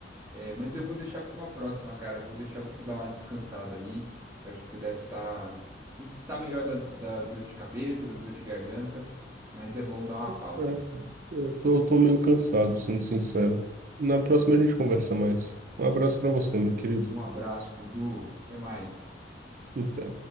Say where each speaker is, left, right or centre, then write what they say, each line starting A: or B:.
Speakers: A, on the right; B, on the right.
A: É, mas eu vou deixar para uma próxima, cara. Vou deixar você dar uma descansada aí, que eu acho que você deve estar. Você tá melhor da, da dor de cabeça, da dor de garganta, mas é bom dar uma pausa
B: É,
A: aí.
B: eu tô, eu tô meio cansado, sendo sincero. Na próxima a gente conversa mais. Um abraço pra você, meu querido.
A: Um abraço, Dudu. Até mais.
B: Até.